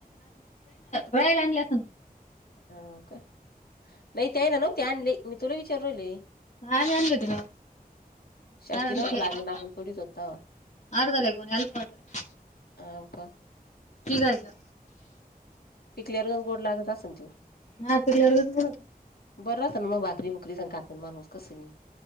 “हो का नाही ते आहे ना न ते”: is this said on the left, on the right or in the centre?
Left